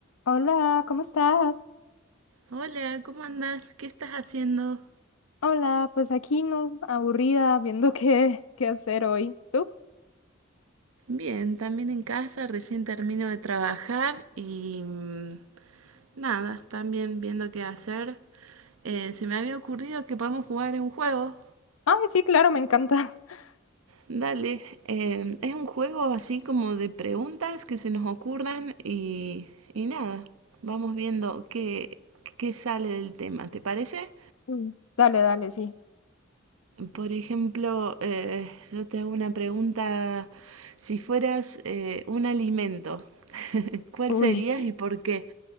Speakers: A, on the left; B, on the right.
A: Hola, ¿cómo estás?
B: Hola, ¿cómo andás? ¿Qué estás haciendo?
A: Hola, pues aquí no, aburrida, viendo <laughs> qué, qué hacer hoy. ¿Tú?
B: Bien, también en casa, recién termino de trabajar y mm, nada, también viendo qué hacer. Eh, se me había ocurrido que podemos jugar un juego.
A: Ay, sí, claro, me encanta. <laughs>
B: Dale, eh, es un juego así como de preguntas que se nos ocurran y, y nada, vamos viendo qué, qué sale del tema, ¿te parece?
A: Mm, Dale, dale, sí.
B: Por ejemplo, eh, yo te hago una pregunta, si fueras eh, un alimento. <laughs> ¿Cuál
A: Uy,
B: serías y por qué?